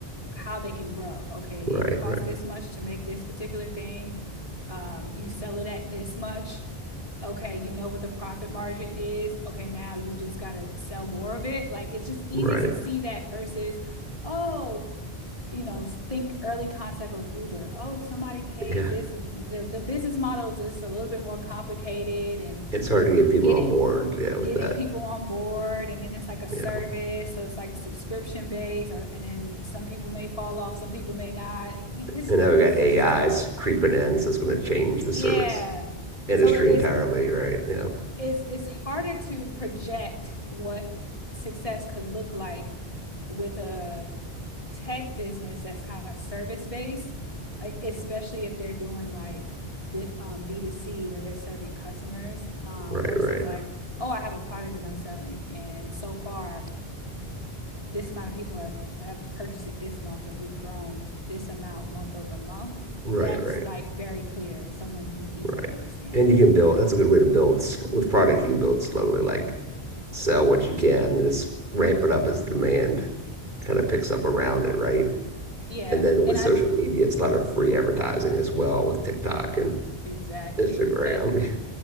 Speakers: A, on the left; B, on the right.
A: how they can grow. Okay,
B: right,
A: it costs
B: right,
A: this much to make this particular thing. Um, you sell it at this much okay, you know what the profit margin is. Okay, now you just got to sell more of it. Like it's just easy
B: right.
A: to see that versus, oh, you know, think early concept of Uber. Oh, somebody pays
B: Yeah.
A: this, and the, the business model is just a little bit more complicated, and
B: It's hard to get people
A: getting
B: on board, yeah, with
A: getting
B: that.
A: people on board, and then it's like a service,
B: Yeah.
A: so it's like subscription based, or, and then some people may fall off, some people may not. It's
B: And now
A: it's
B: we have got AIs
A: just
B: creeping in, so it's going to change
A: yeah.
B: the service industry
A: So it's
B: entirely, right? Yeah.
A: it's it's harder to project what success could look like with a tech business that's kind of service based, especially if they're doing like um, B, um, B2C where they're serving customers um,
B: Right,
A: versus
B: right,
A: like, oh, I have a product that I'm selling. And so far, this amount of people have, have purchased it this month. If we've grown this amount month over month,
B: right,
A: that's
B: right,
A: like very clear. Someone can easily
B: right.
A: understand
B: And
A: it.
B: you can build,
A: Yeah.
B: that's a good way to build s- with product, you can build slowly, like sell what you can and just ramp it up as the demand kind of picks up around it, right?
A: Yeah.
B: And then
A: And
B: with
A: I,
B: social media, it's a lot of free advertising as well with TikTok and
A: exactly.
B: Instagram.
A: And,
B: <laughs>